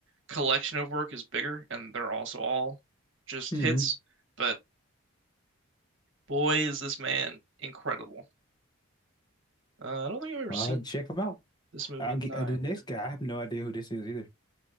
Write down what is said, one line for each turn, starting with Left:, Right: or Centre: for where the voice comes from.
Right: collection of work is bigger and they're also all just
Left: hmm
Right: hits. But boy, is this man incredible. Uh, I don't think I've ever
Left: I'll
Right: seen
Left: check them out.
Right: this movie
Left: I'll
Right: in
Left: get
Right: nine.
Left: uh, the next guy. I have no idea who this is either.